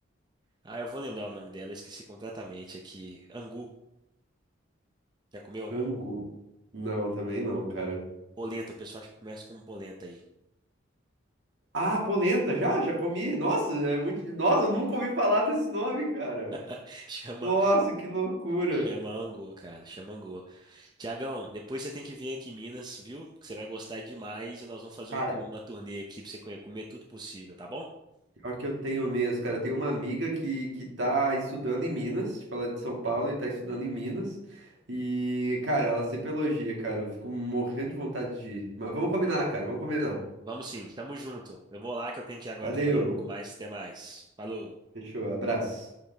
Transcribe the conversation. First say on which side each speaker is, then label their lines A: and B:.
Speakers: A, on the right; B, on the right.
A: Ah, eu vou lembrar o nome dela, eu esqueci completamente aqui. Angu. Já comeu angu?
B: Angu. Não, também não, cara.
A: Polenta, o pessoal acha que começa com polenta aí.
B: Ah, polenta, já, já comi. Nossa, é muito. Nossa, eu nunca ouvi falar desse nome, cara.
A: <laughs> Chama,
B: Nossa, que loucura.
A: chama angu, cara, chama angu. Tiagão, depois você tem que vir aqui em Minas, viu? Que você vai gostar demais e nós vamos fazer
B: cara
A: um tour- uma turnê aqui pra você comer comer tudo possível, tá bom?
B: Pior que eu tenho mesmo, cara. Eu tenho uma amiga que, que tá estudando em Minas, tipo, ela é de São Paulo e tá estudando em Minas. E, cara, ela sempre elogia, cara. Eu fico morrendo de vontade de ir. Mas vamos combinar, cara, vamos combinar.
A: Vamos sim, tamo junto. Eu vou lá que eu tenho que ir agora
B: Valeu,
A: trabalhar um pouco mais. Até mais. Falou.
B: fechou, abraço.